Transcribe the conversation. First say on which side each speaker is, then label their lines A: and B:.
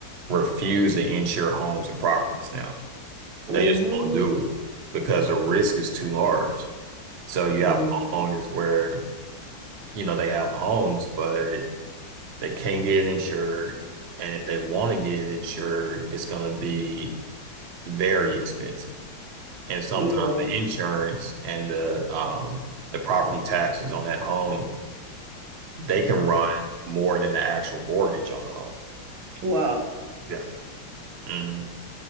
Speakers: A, on the right; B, on the right.
A: refuse to insure homes and properties now.
B: Mm-hmm.
A: They just won't do it because the risk is too large. So you
B: Yeah.
A: have homeowners where you know, they have homes, but they can't get insured. And if they want to get insured, it's going to be very expensive. And sometimes
B: Yeah.
A: the insurance and the um, the property taxes on that home, they can run more than the actual mortgage on the home.
B: Wow.
A: Yeah. Mhm.